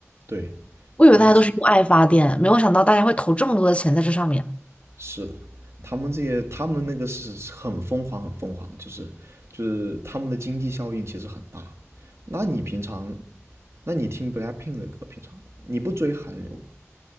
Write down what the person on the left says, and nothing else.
我以为大家都是用爱发电，
没有想到大家会投这么多的钱在这上面。